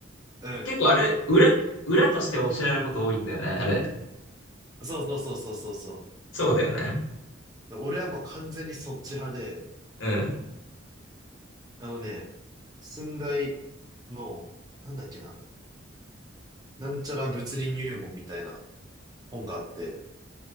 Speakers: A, on the right (about 20°); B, on the left (about 85°).
A: うん。
B: 結構あれ、裏、裏として教えられること多いんだよね、あれ。
A: そうそうそうそうそうそう。
B: そうだよね。
A: で俺はもう完全にそっち派で、
B: うん。
A: あのね、寸大の、なんだっけな、なんちゃら物理入門みたいな本があって、